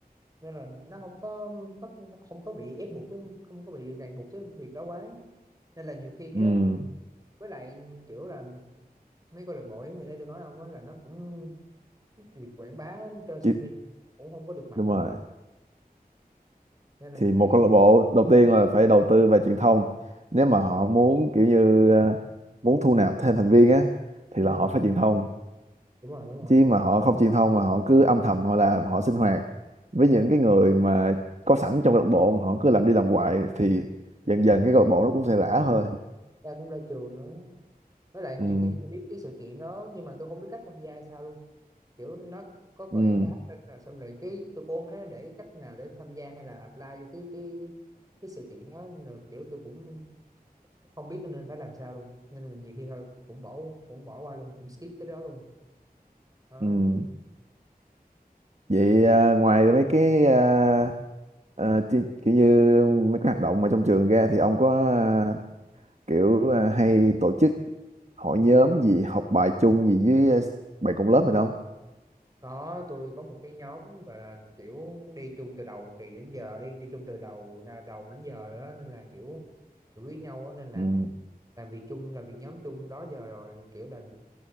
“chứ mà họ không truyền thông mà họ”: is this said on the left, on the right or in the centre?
Right